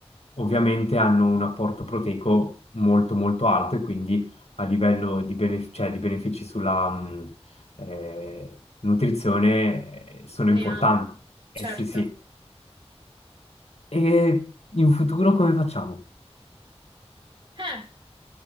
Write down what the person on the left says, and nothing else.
ovviamente hanno un apporto proteico molto molto alto e quindi a livello di, bene- cioè, di benefici sulla mh, eh, nutrizione eh, sono
importanti.
Eh sì, sì. E in futuro come facciamo?